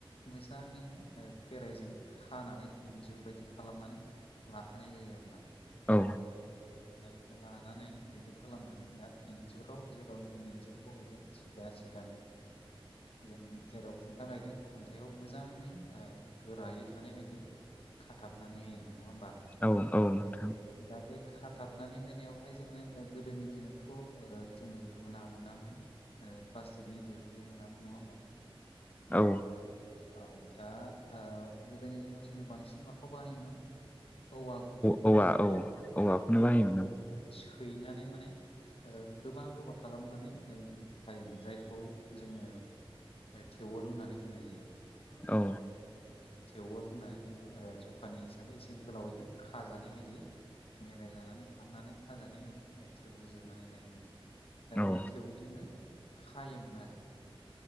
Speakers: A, on the left; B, on the left.
A: मोजाङैहाय ओ फेराइजों खानानै इन्जुर बायदि खालामनानै लाखानाय जायो आरोना
B: औ
A: दा बेखौ लानानै बिदि खालामनानै दा इन्जुराव जेराव जों इन्जुर बहायगोन सिदा सिदानै जों जेराव खुन्था गायदों खुन्थायाव मोजाङै ओ गोरायै थानाय बायदि खाथाबनानै होयोमोन नङा होमबा
B: औ औ नोंथां
A: दा बे खाथाबनानै होनायावहाय जोङो ओ गोदोनि दिनावथ' ओ जोङो गुना मोनामोन ओ प्लास्टिकनि दिरुंबो मोनामोन नङा होमबा
B: औ
A: औ दा ओ गोदोनि समाव जोङो बांसिन माखौ बाहायोमोन औवा गुबैखौनो
B: औवा
A: जोङो
B: औ औवाखौनो
A: औवा
B: बाहायोमोन
A: गुबैखौनो
B: आं
A: सैनानै माने ओ गोबा गोबा खालामनानै <unintelligible> जों खायोमोन जायखौ जोङो ओ थेवोल होननानै बुंनाय जायो
B: औ
A: थेवोल होननानै बुङो ओ जखानि हिसाबै एसे गोलावैहाय खाजानाय बायद बिदि मेराय जानानै फाननानै खाजानाय बायदि थेवबोल जिरनानै लायोमोन दा
B: औ
A: बे थेवजोंनो खायोमोन आरो